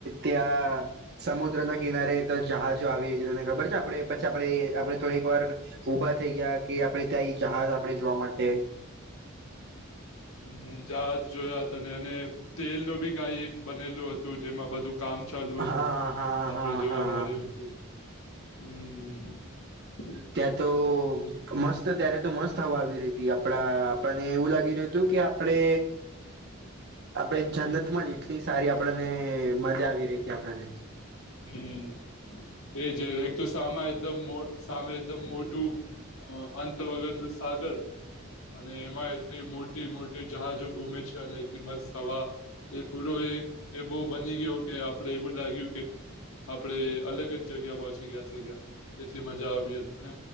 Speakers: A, on the right (about 50°); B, on the left (about 80°).
A: ત્યાં સમુદ્રને કિનારે તો જહાજો આવી રહી છે તને ખબર છે આપડે પછી આપડે આપડે થોડીક વાર ઊભા થઈ ગયા કે આપડે ત્યાં એ જહાજ આપડે જોવા માટે.
B: હ જહાજ જોયા ત અને અને તેલ ન બી કઈ એક બનેલું હતું જેમાં બધું કામ ચાલુ હતું
A: હા હા
B: આપડ
A: હા
B: જોવા
A: હા
B: મળ્યું હતું. <unintelligible>
A: ત્યા તો મસ્ત ત્યારે તો મસ્ત હવા આવી રહી હતી આપણા આપણને એવું લાગી રહ્યું હતું કે આપડે આપડે જનતમાં જ એટલી સારી આપણને મજા આવી રહી હતી આપણને
B: હમ એજ એક તો સામે એકદમ સામે એકદમ મોટું અ અંત વગરનું સાગર અને એમાં એટલી મોટી મોટી જહાજો ગુમે છે અને એટલી મસ્ત હવા એ પૂરો એક એવો બની ગયો કે આપડે એવું લાગ્યું કે આપણે અલગ જ જગ્યા પહોચી ગયા છે ગ્યા એટલી મજા આવી હતી. અને